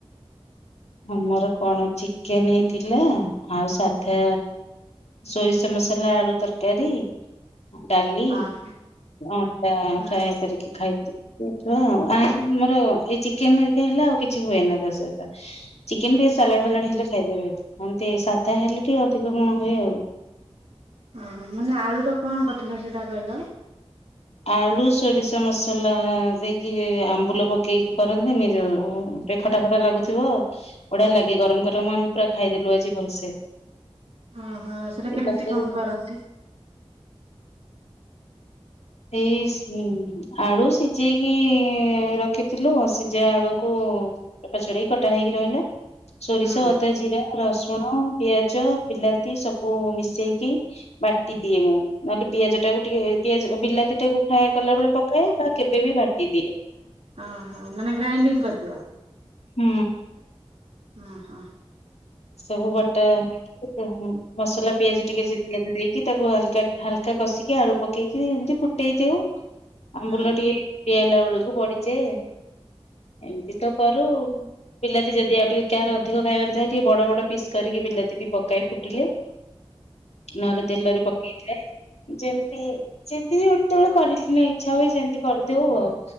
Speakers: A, on the left (about 80°); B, on the right (about 75°).
A: ଆମର କଣ ଚିକେନ ହେଇଥିଲା ଆଉ ସାଧା ସୋରିଷ ମସଲା ଆଳୁ ତରକାରୀ ଡାଲି
B: ହଁ
A: ଅଟା
B: ହଁ
A: ଫ୍ରାଏ କରିକି ଖାଇଥିଲ ହୋଉଥୂଲା ଆଉ ଆ ଆମର ଏଇ ଚିକେନ ହେରିକା ହେଲେ ଆଉ କିଛି ହୁଏନି ତା ସହିତ। ଚିକେନ ଟିକେ ସାଲାଡ ଫାଲାଡ ହେଲେ ଖାଇଦେବେ ଏମତି ସାଧା ହେଲେ ଟିକେ ଅଧିକ କଣ ହୁଏ ଆଉ।
B: ଅହଁ ମାନେ ଆଳୁର କଣ କରିଥିଲ ସେଟା କହିଲ।
A: ଆଳୁ ସୋରିଷ ମସଲା ଦେଇକି ଆମ୍ବୁଲ ପକେଇକି କରନ୍ତିନି ଯୋଉ ଉ ଟିକେ ଖଟା ଖଟା ଲାଗୁଥିବ ବଢିଆ ଲାଗେ ଗରମ ଗରମ ଆମେ ପୁରା ଖାଇଦେଲୁ ଆଜି ଭଲସେ।
B: ଅହଁ ସେଟା
A: ଏ
B: କେମତି
A: ତରକାରୀ
B: କଣ କରନ୍ତି?
A: ଏଇସ୍ ଉଁ ଆଳୁ ସିଜେଇକି ରଖିଥିଲୁ ସିଝା ଆଳୁକୁ ଚୋପା ଛଡେଇ କଟା ହେଇକି ରହିଲା ସୋରିଷ,
B: ହଁ
A: ଅଦା, ଜିରା, ରସୁଣ ପିଆଜ ବିଲାତି ସବୁ ମିଶେଇକି ବାଟି ଦିଏ ମୁଁ ନହେଲେ ପିଆଜଟାକୁ ଟିକେ ପିଆ ବିଲାତିଟାକୁ ଫ୍ରାଏ କଲା ବେଳେ ପକାଏ ବା କେବେ ବି ବାଟିଦିଏ।
B: ଅହଁ ମାନେ ଗ୍ରାଇଣ୍ଡିଙ୍ଗ କରିଦିଅ?
A: ହୁଁ।
B: ଅହଁ।
A: ସବୁ ବଟା ହେଇକି ମସଲା ପିଆଜ ଟିକେ ସେ ପିଆଜ ଦେଇକି ତାକୁ ଅଲଗା ହାଲକା କଷିକି ଆଳୁ ପକେଇକି ଏମିତି ଫୁ ଦେଇ ଦେଉ। ଆମ୍ବୁଲ
B: ହଁ
A: ଟିକେ ଇଏ ହେଲାବେଳକୁ ପଡିଚି। ଏମତି ତ କରୁ ବିଲାତି ଯଦି ଆଉ ଟିକେ କାହାର ଅଧିକ ଖାଇବାର ଥାଏ ଟିକେ ବଡ ବଡ ପିସ୍ କରିକି ବିଲାତି ବି ପକାଏ ଫୁଟିଲେ ନହେଲେ ତେଲରେ ପକେଇ ଆଁ ଯେମତି ହି ଯେମିତି ହି ଯେତେବେଳେ କରିଥିଲି ଇଚ୍ଛା ହୁଏ ସେମତି କରିଦୋଉ ଆଉ।